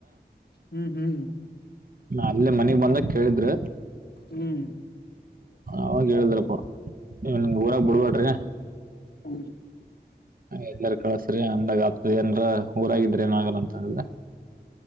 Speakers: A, on the left; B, on the right.
A: ವೂ ವೂ.
B: ಅಲ್ಲೇ ಮನೆಗ್ ಬಂದಕ್ ಕೇಳಿದ್ರು.
A: ಹ್ಮ್
B: ಅವಾಗ ಹೇಳುದ್ರಪ್ಪ, ಇ ಊರಕ್ ಬಿಡ್ಬೇಡ್ರಿ.
A: ಹೂ
B: ಎಲ್ಲಾರ ಕಳಸ್ರಿ ಅಂತ್ ನಾವ್ ಯಪ್ತಿ ಅಂದ್ರೆ ಊರಾಗಿದ್ರೆ ಏನು ಆಗಲ್ಲ ಅಂತ ಅಂದೆ.